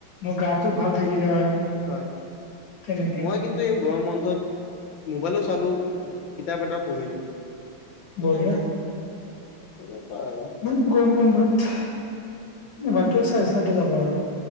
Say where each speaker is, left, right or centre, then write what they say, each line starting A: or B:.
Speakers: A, on the left (about 55°); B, on the left (about 70°).
A: মোৰ গাটো ভাল থাকিলে হয়।
B: হয়,
A: তেনেকে
B: মই কিন্তু এই গৰম বন্ধত মোবাইলো চালো কিতাপ এটাউ পঢ়িলো, কিন্তু
A: বঢ়িয়া
B: তেনেকোৱা আৰু।
A: মই গৰম বন্ধত মোবাইলটো চাই চাওঁতে যাব আৰু।